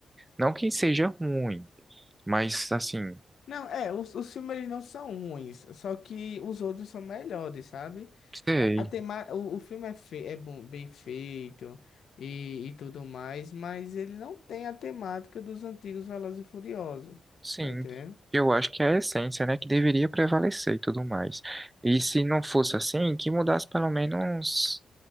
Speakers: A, on the right; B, on the left.
A: Não que seja ruim, mas assim,
B: Não, é, os, os filmes eles não são ruins, só que os outros são melhores, sabe?
A: sei.
B: A a tema, o, o filme é, fe, é bom, bem feito e, e tudo mais, mas ele não tem a temática dos antigos Velozes e Furiosos,
A: Sim,
B: tá entendendo?
A: eu acho que é a essência, né, que deveria prevalecer e tudo mais. E se não fosse assim, que mudasse pelo menos